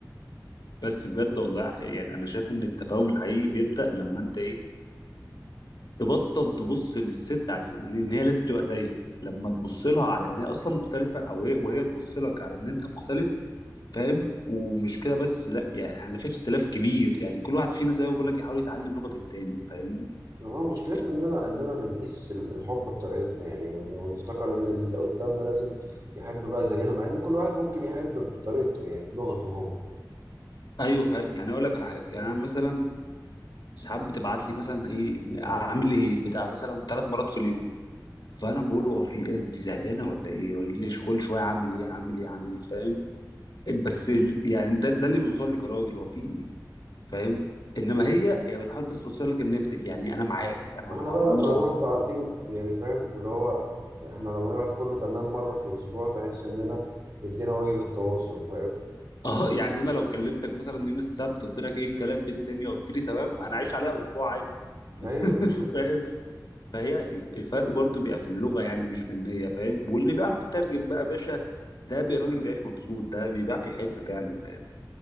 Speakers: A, on the left (about 65°); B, on the right (about 50°).
A: بس بجد والله يعني انا شايف ان التفاهم الحقيقي بيبدا لما انت ايه تبطل تبص للست عز... ان إن هي لازم تبقى زيك لما تبص لها على ان هي اصلا مختلفه او هي وهي تبص لك على ان انت مختلف فاهم ومش كده بس لا يعني احنا في اختلاف كبير يعني كل واحد فينا زي ما بقول لك يحاول يتعلم لغه التاني فاهمني
B: يعني هو مشكلتنا
A: يعني-
B: اننا اننا بنقيس ال- الحب بطريقتنا يعني ون- ونفتكر ان اللي قدامنا لازم يحب بقى زينا مع ان كل واحد ممكن يحب بطريقته يعني بلغته هو
A: ايوه فا... يعني اقول لك على حاجه يعني انا مثلا ساعات بتبعت لي مثلا ايه اعمل ايه بتاع مثلا ثلاث مرات في اليوم فانا بقول له هو في ايه انت زهقانه ولا ايه يقول لي كل شويه اعمل ايه اعمل ايه اعمل ايه فاهم بس ال... يعني ده, ده اللي بيوصل لك يا راجل هو في ايه فاهم انما هي هي بتحاول بس توصل لك ان انت يعني انا معاك انا
B: واحنا
A: انا موجود
B: بقى لما
A: اهو
B: نروح بعدين يعني فاهم اللي هو احنا لما نقعد كله تمام مرة في الاسبوع تحس اننا ادينا واجب التواصل فاهم
A: <laughs> اه يعني انا لو كلمتك مثلا يوم السبت قلت لك ايه الكلام بالدنيا قلت لي تمام انا عايش عليها اسبوع عادي <laughs>
B: ايوه بالظبط
A: فاهم فهي الف- الفرق برضو بيبقى في اللغه يعني مش في النيه فاهم واللي بيعرف يترجم بقى يا باشا ده بي- راجل بيعيش مبسوط ده بي- بيعرف يحب فعلا فاهم